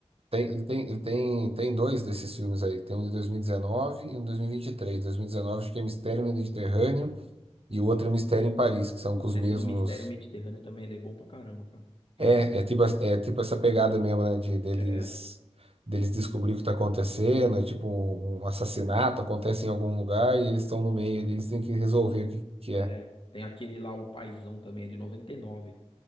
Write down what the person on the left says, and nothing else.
Putz,
esse
do Mistério Mediterrâneo também, ele é bom pra caramba, cara. Já
assisti.
É,
é.
Tem aquele lá, O Paizão também, é de 99.